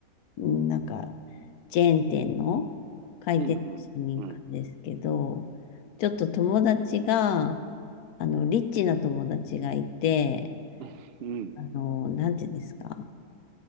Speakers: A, on the left (about 70°); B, on the right (about 85°).
A: ッ、なんか、チェーン店の回転寿司に行くんですけど、
B: うんうん。うん。
A: ちょっと友達が、あの、リッチな友達がいて、
B: うん、
A: あの、なんていうんですか、